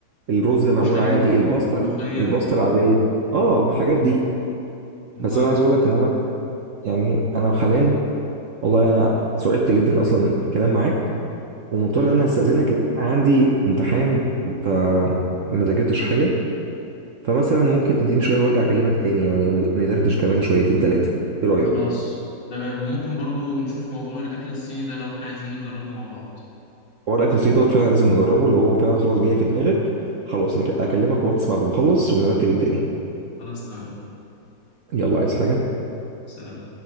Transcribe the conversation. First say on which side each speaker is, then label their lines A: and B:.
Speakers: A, on the right (about 55°); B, on the left (about 70°).
A: الرز المعمول
B: كشري
A: عادي الباستا
B: ملوخية
A: الباستا العاديه اه الحاجات
B: اه
A: دي
B: مفاهيم
A: بس انا عايز اقول لك ان انا يعني انا حاليا والله انا سعدت جدا اصلا بالكلام معاك ومضطر
B: آه.
A: ان انا استاذنك لان انا عندي امتحان فما ذاكرتش حاجه فمثلا ممكن تديني شويه وارجع اكلمك تاني يعني وندردش كمان شويتين تلاتة ايه رايك
B: خلاص تمام وممكن برضو نشوف موضوع الاكل الصيني ده لو احنا عايزين نجربه مع بعض
A: حوار الاكل السريع دوت فعلا لازم نجربه لو هو فعلا خلاص جاي في دماغك خلاص نك- اكلمك واتس بعد ما اخلص ونرتب الدنيا
B: خلاص تمام
A: يلا عايز حاجه
B: سلام